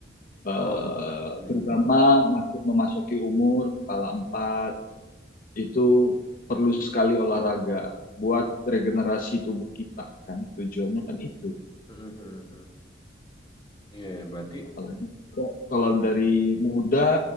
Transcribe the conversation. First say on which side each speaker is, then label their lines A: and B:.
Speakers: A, on the left (about 45°); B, on the left (about 25°).
A: Eh,
B: Oh, b- Mm-mm.
A: terutama masuk memasuki umur kepala empat itu perlu sekali olahraga buat regenerasi tubuh kita kan. Tujuannya kan itu.
B: Mm-mm. Iya, ya, berarti,
A: Apalagi kok kalau dari muda